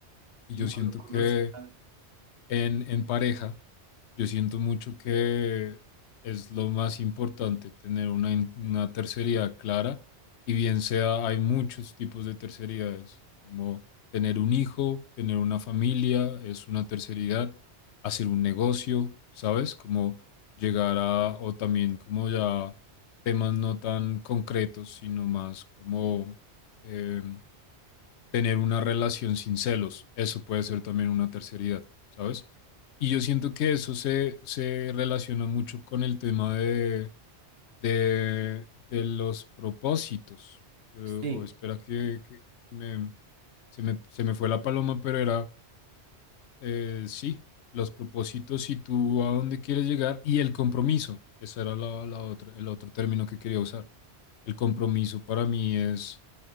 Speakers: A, on the left; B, on the right.
A: Y
B: No
A: yo siento
B: lo conocían.
A: que en, en pareja yo siento mucho que es lo más importante tener una, in- una tercería clara y bien sea, hay muchos tipos de tercerías, como tener un hijo, tener una familia, es una terceridad, hacer un negocio, ¿sabes? Como llegar a, o también como ya temas no tan concretos, sino más como em, tener una relación sin celos. Eso puede ser también una terceridad, ¿sabes? Y yo siento que eso se, se relaciona mucho con el tema de, de, de los propósitos. Eh,
B: Sí,
A: o espera que, que se me, se me, se me fue la paloma, pero era, eh, sí, los propósitos y tú a dónde quieres llegar y el compromiso. Ese era la, la otra, el otro término que quería usar. El compromiso para mí es